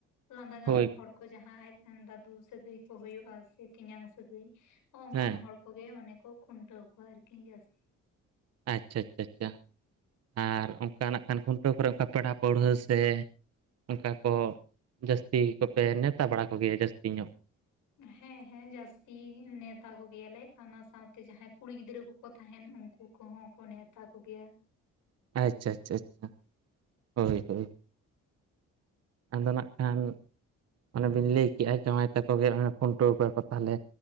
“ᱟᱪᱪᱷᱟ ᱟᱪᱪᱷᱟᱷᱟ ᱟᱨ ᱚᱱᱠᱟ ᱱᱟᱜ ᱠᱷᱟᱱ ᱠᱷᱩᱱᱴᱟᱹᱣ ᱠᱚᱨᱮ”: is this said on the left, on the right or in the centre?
Right